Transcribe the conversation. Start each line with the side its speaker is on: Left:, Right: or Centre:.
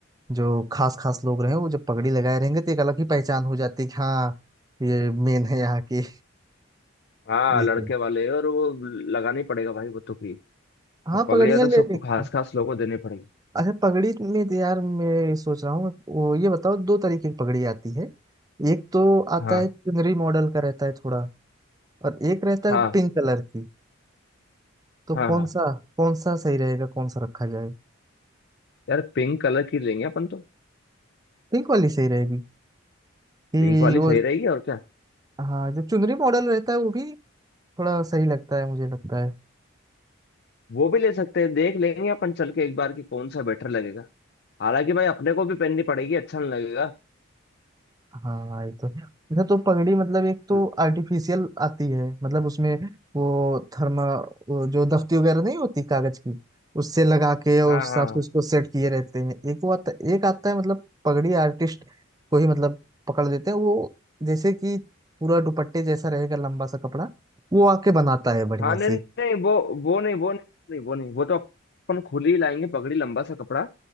Right: जो खास खास लोग रहे हैं वो जब पगड़ी लगाए रहेंगे तो एक अलग ही पहचान हो जाती है कि हाँ ये मेन है यहाँ के
Left: हाँ
Right: ये
Left: लड़के
Right: थे
Left: वाले और वो लगानी पड़ेगा भाई वो तो भी
Right: हाँ
Left: पगड़ियाँ
Right: पगड़ियाँ
Left: तो
Right: ले
Left: सबको
Right: लेंगे
Left: खास खास लोगों को देनी पड़ेगी
Right: अच्छा पगड़ी में तो यार मैं सोच रहा हूँ वो ये बताओ दो तरीके की पगड़ी आती है एक तो आता
Left: हाँ
Right: है चुनरी मॉडल का रहता है थोड़ा और एक रहता है
Left: हाँ
Right: पिंक कलर की तो
Left: हाँ
Right: कौन
Left: हाँ
Right: सा कौन सा सही रहेगा कौन सा रखा जाए
Left: यार पिंक कलर की लेंगे अपन तो
Right: पिंक वाली सही रहेगी कि
Left: पिंक वाली
Right: वो
Left: सही रहेगी और क्या
Right: हाँ जो चुनरी मॉडल रहता है वो भी थोड़ा सही लगता है मुझे लगता है
Left: वो भी ले सकते हैं देख लेंगे अपन चल के एक बार कि कौन सा बेटर लगेगा हालांकि भाई अपने को भी पहननी पड़ेगी अच्छा नहीं लगेगा
Right: हाँ ये तो है। अच्छा तो पगड़ी मतलब एक तो
Left: हाँ
Right: आर्टिफिशियल आती है मतलब उसमें वो थर्मा वो जो दफ्ती वगैरह नहीं होती कागज की उससे लगा के और
Left: हाँ
Right: उस हिसाब
Left: हाँ
Right: से उसको सेट किए रहते हैं एक वो आता एक आता है मतलब पगड़ी आर्टिस्ट को ही मतलब पकड़ लेते हैं वो जैसे कि पूरा दुपट्टे जैसा रहेगा लंबा सा कपड़ा वो आके बनाता है बढ़िया
Left: हाँ नहीं
Right: से
Left: नहीं वो वो नहीं वो नहीं वो नहीं वो तो अपन खुली ही लाएंगे पगड़ी लंबा सा कपड़ा